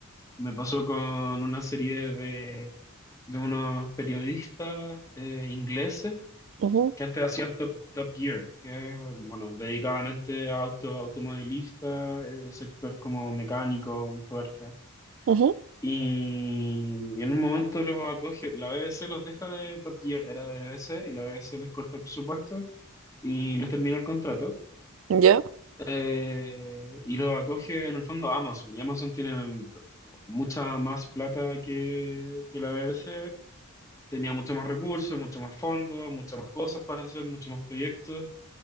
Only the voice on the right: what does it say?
ujú,
ujú.
¿Yo?